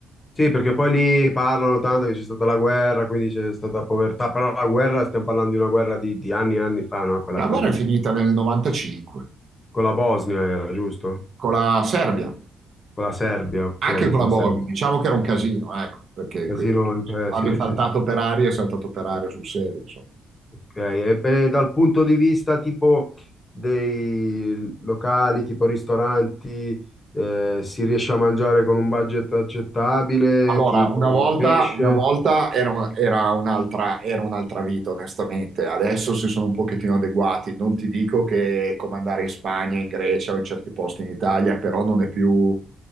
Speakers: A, on the left (about 25°); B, on the right (about 55°).
A: Sì, perché poi lì parlano tanto che c'è stata la guerra, quindi c'è stata povertà, però la guerra, stiamo parlando di una guerra di, di anni e anni fa, no? Quella
B: La
A: con,
B: guerra è finita nel 95
A: con la Bosnia era, giusto?
B: con la Serbia,
A: Con la Serbia, ok,
B: anche con
A: con
B: la
A: la
B: Bosnia.
A: Serbia.
B: Diciamo che era un casino, ecco, perché
A: Casino,
B: que-
A: eh,
B: quando
A: sì,
B: è saltato
A: sì, sì.
B: per aria, è saltato per aria sul serio,
A: Ok, e beh, dal punto di vista tipo dei locali, tipo ristoranti, eh, si riesce a mangiare con un budget accettabile,
B: Allora,
A: tipo
B: una volta,
A: pesce?
B: una volta era, un- era un'altra era un'altra vita, onestamente. Adesso si sono un pochettino adeguati. Non ti dico che è come andare in Spagna, in Grecia o in certi posti in Italia, però non è più